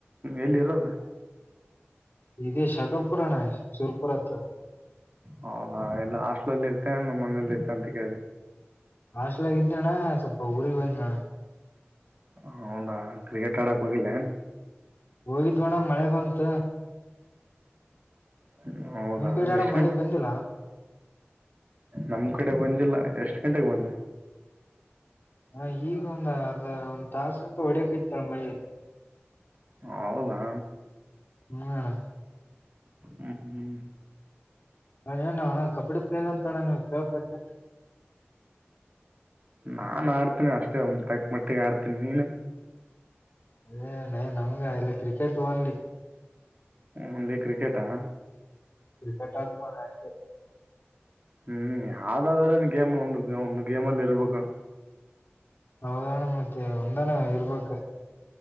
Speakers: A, on the right (about 40°); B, on the left (about 50°).
A: ಎಲ್ಲಿ ಇರೋದು
B: ಇದು ಶಕಪುರಾಣ ಸುರ್ಪುರತ್ರ
A: ಹೌದಾ ಎಲ್ಲ ಹಾಸ್ಟ್ಲಲ್ಲಿ ಇರ್ತೇ ನಮ್ಮ ಮನೇಯಲ್ಲಿ ಇರ್ತ ಅಂತ ಕೇಳಿದೆ
B: ಹಾಸ್ಟೆಲಾಗ ಇದಣ್ಣ ಸ್ವಲ್ಪ ಊರಿಗ್ ಹೋಗಿನಣ್ಣ
A: ಹೌದಾ ಕ್ರಿಕೆಟರ ಆಡಕ ಹೋಗಿದ್ಯ
B: ಹೋಗಿದ್ವಣ್ಣ ಮಳೆ ಬಂತ
A: ಹ್ಮ ಹೌದಾ
B: ನಿಮ್ ಕಡೆ ಅಣ್ಣ
A: ಎಷ್ಟ ಗಂಟೆ
B: ಮಳೆ ಬಂದಿಲ್ಲ?
A: ನಮ್ ಕಡೆ ಬಂದಿಲ್ಲ ಎಷ್ಟ್ ಗಂಟೆಗೆ ಬಂದ
B: ಅಣ್ಣ ಈಗ ಒಂದ್ ಅರ್ಧ ಒಂದ್ ತಾಸ ಅ ಹೊಡಕ ಇ್ ನಮ್ಮ ಮಳಿ
A: ಹೌದಾ
B: ಹ್ಮ್ ಅಣ್ಣ
A: ಹ್ಮ್ ಹ್ಮ್
B: ಹ ಏನು ಹಣ ಕಬಡಿ ಪ್ಲೇಲ್ಲ ಅಂತಣ ನೀವು ಕೇಳ್ಪಟ್ಟೆ
A: ನಾನ್ ಆಡ್ತೀನಿ ಅಷ್ಟೇ ಒಂ ತಕ್ ಮಟ್ಟಿಗೆ ಆಡ್ತೀನಿ ನೀನು
B: ಅದೇ ನಯ ನಮ್ಗ ಇಲ್ಲ ಕ್ರಿಕೆಟ್ ಓನ್ಲಿ
A: ಒನ್ಲ್ಲಿ ಕ್ರಿಕೆಟಾ
B: ಕ್ರಿಕೆಟಾರ್ ಆಡ್ತಿವ್ ಅಣ್ಣ
A: ಹ್ಮ್ ಯಾವ್ದಾದ್ರನ್ ಗೇಮ್ ಒಂದು ಒಂದು ಗೇಮ್ಲ್ಲಿ ಇರ್ಬೇಕು
B: ಹೌದಣ್ಣ ಮತ್ತೆ ಒಂದಾನ ಇರ್ಬೇಕ